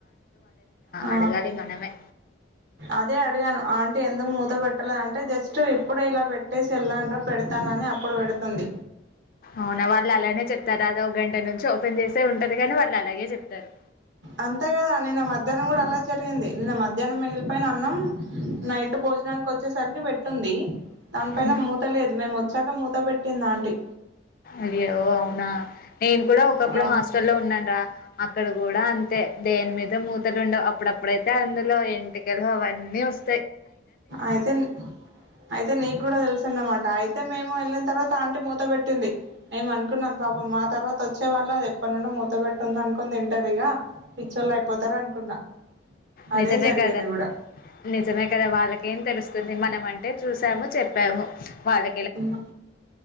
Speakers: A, on the right (about 65°); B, on the left (about 45°).
A: ఆ
B: అడగాలి మనమే
A: అదే అడిగాను. ఆంటీ ఎందుకు మూత పెట్టలే అంటే జ స్ట్ ఇప్పుడు ఇలా పెట్టేసి ఎల్లానురా పెడతానని అప్పుడు పెడుతుంది.
B: అవునా వాళ్ళు అలానే చెప్తారు. అది ఒక గంట నుంచి ఓపెన్ చేసే ఉంటది కాని వాళ్ళు అలాగే చెప్తారు.
A: అంతే కదా నిన్న మధ్యాహ్నం కూడా అలా జరిగింది. నిన్న మధ్యాహ్నం మిగిలిపోయిన అన్నం నైట్ భోజనానికి వచ్చేసరికి పెట్టుంది. దాని పైన
B: హ్మ్.
A: మూత లేదు మేము వచ్చాక మూత పెట్ పెట్టింది ఆంటీ.
B: అయ్యో అవునా. నేను కూడా ఒకప్పుడు
A: ఆ
B: హాస్టల్లో ఉన్నాను రా. అక్కడు కూడా అంతే దేని మీద మూతలు ఉండవు. అప్పుడప్పుడైతే అందులో ఎంటికలు అవన్నీ వస్
A: అయితే అయితే నీ కూడా తెల్సు అన్నమాట అయితే మేము వెళ్ళిన తర్వాత ఆంటీ మూత పెట్టింది. మేము అనుకున్నాం పాపం మా తర్వాత వచ్చే వాళ్ళు అది ఎప్పటి నుండో మూత పెట్టుంది అనుకు కొని తింటరు ఇగా పిచ్చోళ్ళు అయిపోతరు అనుకున్నా, అదే
B: నిజమే
A: జరిగింది
B: కదా
A: కూడా.
B: నిజమే కదా వాళ్ళకేం తెలుస్తుంది. మనం అంటే చూసాము, చెప్పాము. వాళ్ళే
A: హ్